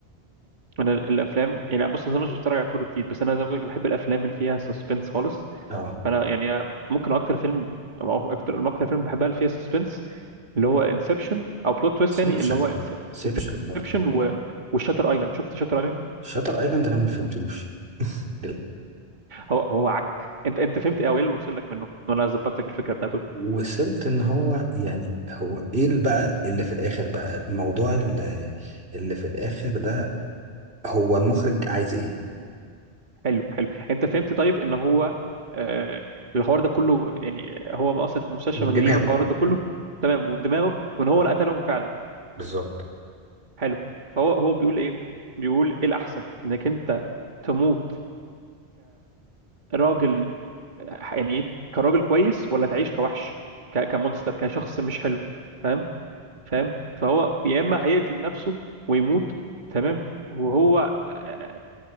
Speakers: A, on the right (about 45°); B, on the right (about 70°).
A: انا ال- الافلام يعني بص انا مش بتفرج على كوره كتير بس انا زي ما بقولك بحب الافلام اللي فيها سسبنس خالص
B: اه
A: فانا يعني ممكن اكتر فيلم او اكتر اكتر فيلم بحبها اللي فيها سسبنس اللي هو انسبشن او بلوت تويست
B: سيبشن
A: تاني اللي هو
B: سيبشن
A: انسبشن
B: برضه
A: و وشاتر ايلاند شفت شاتر ايلاند
B: شاتر ايلاند انا ما فهمتوش <laughs> ده-
A: هو هو عك انت انت فهمت ايه او ايه اللي وصل لك منه وانا ظبطت لك الفكره بتاعته
B: وصلت ان هو يعني هو ايه اللي بقى اللي في الاخر بقى الموضوع اللي, اللي في الاخر ده هو المخرج عايز ايه
A: حلو حلو انت فهمت طيب ان هو آه الحوار ده كله يعني هو اصلا في مستشفى
B: من
A: مجانين
B: دماغه
A: والحوار ده كله تمام ومن دماغه وان هو اللي قتلهم فعلا
B: بالظبط
A: حلو فهو هو بيقول ايه بيقول ايه الاحسن انك انت تموت كراجل يعني ايه كراجل كويس ولا تعيش كوحش ك- كمونستر كشخص مش حلو تمام فاهم فهو يا اما هيقتل نفسه ويموت تمام وهو آه،